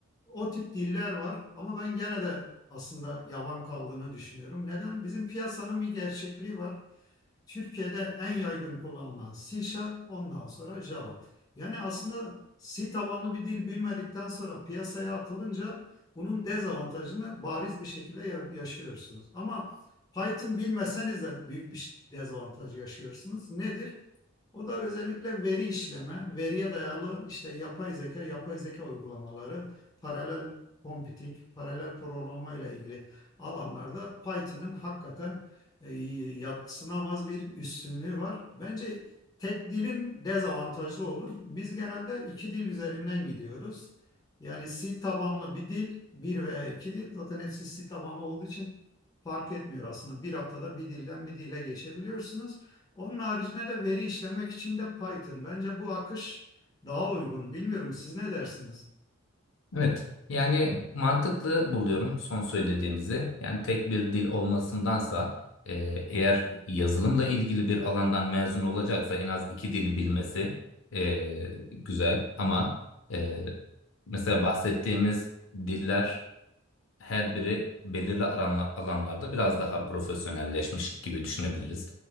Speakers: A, on the left (about 20°); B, on the left (about 65°).
A: o tip diller var ama ben gene de aslında yavan kaldığını düşünüyorum. Neden? Bizim piyasanın bir gerçekliği var. Türkiye'de en yaygın kullanılan C Sharp, ondan sonra Java. Yani aslında C tabanlı bir dil bilmedikten sonra piyasaya atılınca bunun dezavantajını bariz bir şekilde yaşıyorsunuz. Ama Python bilmeseniz de büyük bir dezavantaj yaşıyorsunuz. Nedir? O da özellikle veri işleme, veriye dayalı işte yapay zeka, yapay zeka uygulamaları, paralel computing, paralel programlamayla ilgili alanlarda Python'ın hakikaten e, yadsınamaz bir üstünlüğü var. Bence tek dilin dezavantajlı olur. Biz genelde iki dil üzerinden gidiyoruz. Yani C tabanlı bir dil, bir veya iki dil. Zaten hepsi C tabanlı olduğu için fark etmiyor aslında. Bir haftada bir dilden bir dile geçebiliyorsunuz. Onun haricinde de veri işlemek için de Python. Bence bu akış daha uygun. Bilmiyorum siz ne dersiniz?
B: Evet. Yani mantıklı buluyorum son söylediğinizi. Yani tek bir dil olmasındansa e, eğer yazılımla ilgili bir alandan mezun olacaksa en az iki dili bilmesi e, güzel. Ama e, mesela bahsettiğimiz diller her biri belirli aranla- alanlarda biraz daha profesyonelleşmiş gibi düşünebiliriz.